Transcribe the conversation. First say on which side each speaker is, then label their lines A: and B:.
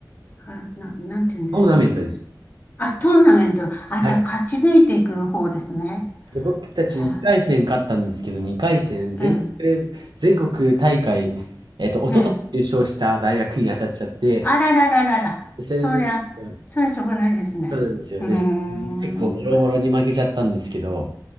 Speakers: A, on the left; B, on the right.
A: は、な、なんて言うんでしたっけ
B: トーナメントです。
A: あ、トーナメント。あ、
B: はい。
A: じゃあ勝ち抜いていく方ですね。
B: で、僕たち1回戦勝ったんですけど、
A: は
B: 2回戦、全国、
A: あえ
B: 全国大会、えっと、一昨年優勝した大学に当たっちゃって、
A: え、ええ。あららららら。
B: でそれで、
A: そりゃ、
B: うん
A: そりゃしょうがないですね。
B: そうなんですよ。
A: うーん、
B: で、結構ボロボロに負けちゃったんですけど、